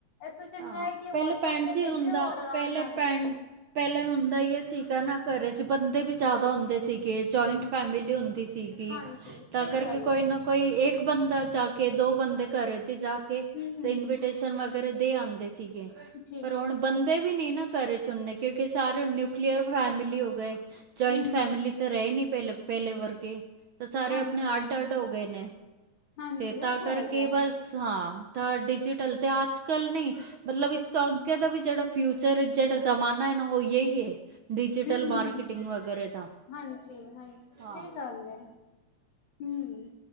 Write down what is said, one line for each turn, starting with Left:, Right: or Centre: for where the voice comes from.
Left: ਐਸ ਤੋਂ ਚੰਗਾ
Right: ਹਾਂ
Left: ਐ ਕਿ
Right: ਪਹਿਲੇ
Left: ਵਟਸਐਪ
Right: ਪਿੰਡ
Left: ਤੇ
Right: ਚ ਹੀ
Left: ਭੇਜੋ
Right: ਹੁੰਦਾ
Left: ਔਰ ਆਰਾਮ
Right: ਪਹਿਲੇ
Left: ਨਾਲ।
Right: ਪਿੰਡ ਪਹਿਲੇ ਹੁੰਦਾ ਈ ਇਹ ਸੀਗਾ ਨਾ ਘਰੇ ਚ ਬੰਦੇ ਵੀ ਜ਼ਿਆਦਾ ਹੁੰਦੇ ਸੀਗੇ, ਜੁਆਇੰਟ ਫੈਮਿਲੀ ਹੁੰਦੀ ਸੀ। ਕਿ
Left: ਹਾਂਜੀ
Right: ਤਾਂ
Left: ਸਹੀ
Right: ਕਰਕੇ
Left: ਗੱਲ
Right: ਕੋਈ
Left: ਹੈ
Right: ਨਾ ਕੋਈ ਇੱਕ ਇੱਕ ਬੰਦਾ ਜਾ ਕੇ ਦੋ ਬੰਦੇ ਘਰੇ ਤੇ ਜਾ ਕੇ
Left: ਹਮ
Right: ਤੇ
Left: ਹਮ
Right: ਇਨਵੀਟੇਸ਼ਨ ਵਗੈਰਾ ਦੇ ਆਂਦੇ ਸੀ। ਗੇ
Left: ਜੀ
Right: ਪਰ ਹੁਣ ਬੰਦੇ ਵੀ ਨਹੀਂ ਨਾ ਘਰੇ ਚੁਣਨੇ, ਕਿਉਂਕਿ ਸਾਰੇ ਨਿਊਕਲੀਅਰ ਫੈਮਿਲੀ ਹੋ ਗਏ, ਜਇੰਟ
Left: ਹਮ
Right: ਫੈਮਿਲੀ
Left: ਹਮ
Right: ਤੇ ਰਹੇ ਨੀ ਪਹਿਲੇ -ਪਹਿਲੇ ਵਰਗੇ, ਤਾਂ ਸਾਰੇ
Left: ਹਾਂਜੀ
Right: ਆਪਣੇ ਅੱਡ -ਅੱਡ ਹੋ ਗਏ ਨੇ।
Left: ਹਾਂਜੀ
Right: ਤੇ ਤਾਂ
Left: ਉਹ
Right: ਕਰਕੇ
Left: ਹੈਗਾ ਹੈ
Right: ਬਸ ਹਾਂ ਤਾਂ ਡਿਜੀਟਲ ਤੇ ਅੱਜ ਕੱਲ ਨਹੀ ਮਤਲਬ ਇਸ ਤੋਂ ਅੱਗੇ ਦਾ ਵੀ ਜਿਹੜਾ ਫਿਊਚਰ ਐ, ਜਿਹੜਾ ਜ਼ਮਾਨਾ ਐ ਨਾ ਉਹ ਜਿਹੀ ਐ। ਡਿਜੀਟਲ
Left: ਹੂੰ ਹੂੰ
Right: ਮਾਰਕੀਟਿੰਗ ਵਗੈਰਾ ਦਾ।
Left: ਹਾਂਜੀ, ਹਾਂਜੀ
Right: ਹਾਂ
Left: ਸਹੀ ਗੱਲ ਏ। ਹਮ